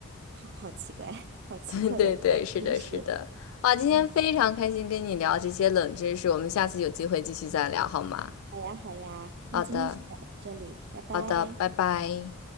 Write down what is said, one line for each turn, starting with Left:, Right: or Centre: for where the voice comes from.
Right: 好好奇怪，<laughs> 好奇特的冷知识。
Left: <laughs> 对对对，是的，是的。哇，今天非常开心跟你聊这些冷知识，
Right: 嗯，
Left: 我们下次有机会继续再聊好吗？
Right: 好呀，好呀，那今天先聊到这里，
Left: 好的，
Right: 拜拜。
Left: 好的，拜拜。